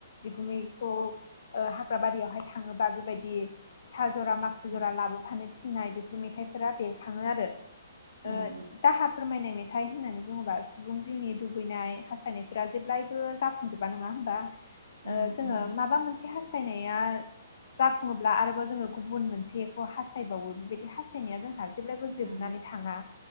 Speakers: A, on the left; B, on the right.
A: बिगुमैखौ ओ हाग्रा बारियावहाय थाङोबा बेबायदि साल -जरा माखु
B: उम
A: जरा लाबोफानो थिननाय बेफोर मेथाइफोरा बेरखाङो आरो ओ
B: उम उम
A: दाहाब फोरमायनाय मेथाइ होननानै बुङोबा सुबुं जिउनि लुबैनाय हास्थायनायफोरा जेब्लायबो जाफुंजोब माबा नङा होमबा
B: उम
A: ओ
B: उम
A: जोङो
B: उम
A: माबा मोनसे हास्थायनाया जाफुङोब्ला आरोबाव जोङो गुबुन मोनसेखौ हास्थायबावो बेबायदि हास्थायनाया जोंहा जेब्लायबो जोबनानै
B: उम
A: थाङा